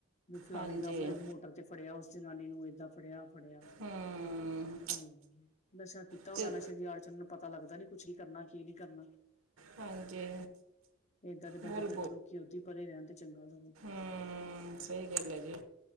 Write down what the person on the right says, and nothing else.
ਹਾਂਜੀ
ਹੂੰ
ਅਤੇ
ਹਾਂਜੀ
ਬੋਲ
ਹਮਮ, ਸਈ ਗੱਲ ਐ ਜੀ।